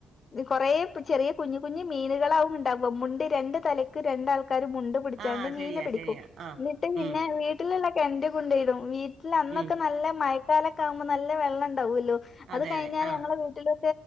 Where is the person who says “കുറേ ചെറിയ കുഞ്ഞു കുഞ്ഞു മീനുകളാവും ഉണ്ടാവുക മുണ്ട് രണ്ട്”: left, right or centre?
Left